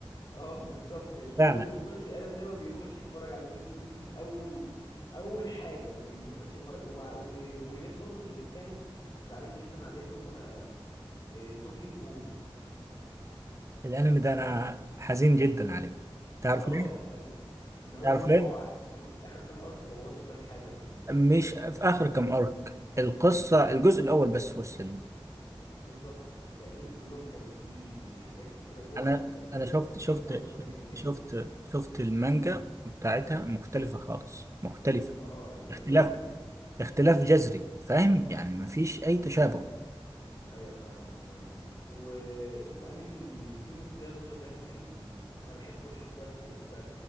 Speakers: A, on the left; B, on the right.
A: اه بالظبط الكل
B: فعلا
A: اللي بيخش الانمي دايما بيخش يتفرج على ديس نوت دي اول اول حاجه بي- بيخش يتفرج وع- والانميات برضو اللي انتهت وكنت زعلان جدا عليها اللي هو آه، طوكيو جول
B: الانمي ده انا حزين جدا عليه تعرف
A: اه
B: ليه؟
A: الانمي ان هو
B: تعرف
A: اه آه،
B: ليه؟
A: عارف ان هم في اخر كام ارك بوظوا كام حاجه فيه
B: مش في اخر كام ارك القصه الجزء الاول بس هو السليم
A: بالظبط باقيين كلهم كانوا فيه حاجات كتيره باظت
B: انا
A: فالجزء
B: انا شفت شفت
A: الاول هو اللي كان جامد
B: شفت شفت المانجا بتاعتها مختلفه خالص مختلفه
A: اه يبقى
B: اختلاف
A: هي ال...
B: اختلاف جذري فاهم يعني مفيش اي تشابه
A: ايوه فاهمك فاهمك و... وانمي ديمون سلاير برضو ده كان انا بحبه لحد دلوقتي ولسه